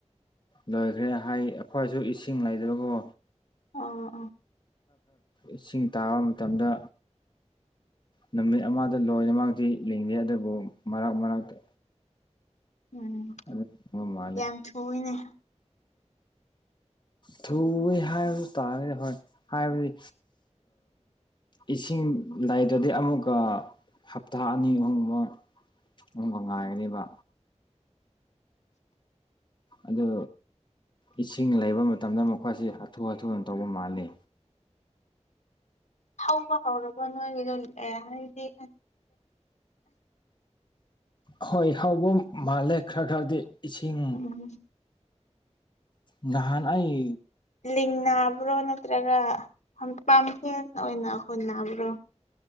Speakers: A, on the left; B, on the left.
A: ꯂꯣꯏꯈ꯭ꯔꯦ ꯍꯥꯏ ꯑꯩꯈꯣꯏꯁꯨ ꯏꯁꯤꯡ ꯂꯩꯗꯕꯕꯨ
B: ꯑꯣ ꯑꯣ
A: ꯏꯁꯤꯡ ꯇꯥꯕ ꯃꯇꯝꯗ ꯅꯨꯃꯤꯠ ꯑꯃꯗ ꯂꯣꯏꯅꯃꯛꯛꯇꯤ ꯂꯤꯡꯗꯦ ꯑꯗꯨꯕꯨ ꯃꯔꯛ ꯃꯔꯛꯇ
B: ꯎꯝ
A: ꯑꯗꯨꯝꯕ ꯃꯥꯜꯂꯦ
B: ꯌꯥꯝ ꯊꯨꯏꯅꯦ
A: ꯊꯨꯏ ꯍꯥꯏꯕꯁꯨ ꯇꯥꯔꯦꯗꯤ ꯍꯣꯏ ꯍꯥꯏꯕꯗꯤ ꯏꯁꯤꯡ ꯂꯩꯗ꯭ꯔꯗꯤ ꯑꯃꯨꯛꯀ ꯍꯞꯇꯥ ꯑꯅꯤ ꯑꯍꯨꯝꯃꯨꯛ ꯑꯍꯨꯝꯕ ꯉꯥꯏꯒꯅꯦꯕ ꯑꯗꯨ ꯏꯁꯤꯡ ꯂꯩꯕ ꯃꯇꯝꯗ ꯃꯈꯣꯏꯁꯤ ꯑꯊꯨ ꯍꯥꯊꯨꯅ ꯇꯧꯕ ꯃꯥꯜꯂꯦ
B: ꯊꯧꯕ ꯍꯧꯔꯕ ꯅꯣꯏꯒꯤꯗꯣ ꯍꯥꯏꯗꯤꯦ
A: ꯍꯣꯏ ꯍꯥꯎꯕ ꯃꯥꯜꯂꯦ ꯈꯔ ꯈꯔꯗꯤ ꯏꯁꯤꯡ
B: ꯎꯝ
A: ꯉꯍꯥꯟꯅꯏ
B: ꯂꯤꯡꯕ꯭ꯔꯣ ꯅꯠꯇ꯭ꯔꯒ ꯄꯥꯝ ꯍꯦꯟ ꯑꯣꯏꯅ ꯍꯨꯟꯅꯕ꯭ꯔꯣ